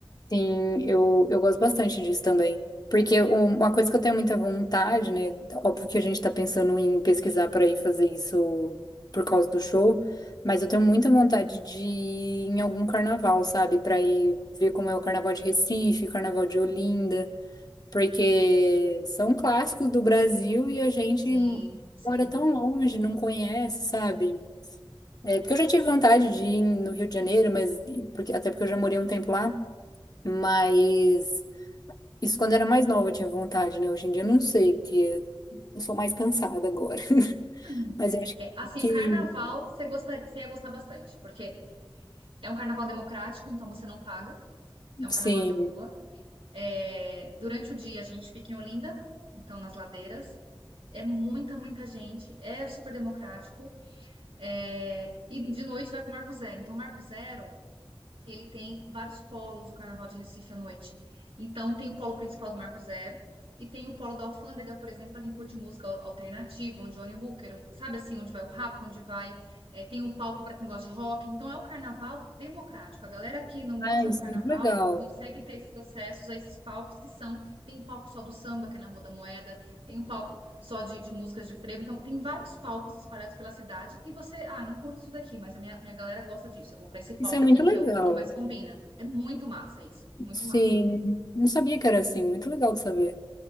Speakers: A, on the left (about 45°); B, on the right (about 85°).
A: sim, eu, eu gosto bastante disso também. Porque uma coisa que eu tenho muita vontade, né? Óbvio que a gente tá pensando em pesquisar para ir fazer isso por causa do show, mas eu tenho muita vontade de ir em algum carnaval, sabe? Para ir ver como é o carnaval de Recife, o carnaval de Olinda. porque são clássicos do Brasil e a gente
B: sim, sim.
A: mora tão longe, não conhece, sabe? É, porque eu já tive vontade de ir no Rio de Janeiro, mas porque, até porque eu já morei um tempo lá, mas isso quando era mais nova eu tinha vontade, né? Hoje em dia eu não sei, porque eu sou mais cansada agora. <laughs>
B: Hum.
A: Mas eu acho que,
B: É, assim,
A: que
B: o carnaval você gostaria, você ia gostar bastante, porque é um carnaval democrático, então você não paga, é um
A: sim.
B: carnaval de rua. É, durante o dia a gente fica em Olinda, então nas ladeiras. É muita, muita gente, é super democrático. É, e de noite vai para o Marco Zero. Então, o Marco Zero ele tem vários polos, o Carnaval de Recife à noite. Então, tem o polo principal do Marco Zero e tem o polo da Alfândega, por exemplo, para quem curte música al- alternativa, um Johnny Hooker, um- sabe assim, onde vai o rap, onde vai. é, tem o palco para quem gosta de rock. Então, é o carnaval democrático. A galera que não gosta
A: Ah, isso
B: do carnaval
A: é muito legal.
B: consegue ter esses acessos a esses palcos que são. Tem o palco só do samba, que é na Rua da Moeda tem um palco só de, de músicas de frevo. Então, tem vários palcos espalhados pela cidade e você, ah, não curto isso daqui, mas a minha, minha galera gosta disso. Eu vou para esse palco
A: Isso é muito
B: aqui que
A: legal.
B: é o que mais combina. É muito massa isso, muito
A: Sim,
B: massa.
A: não sabia que era assim, muito legal de saber.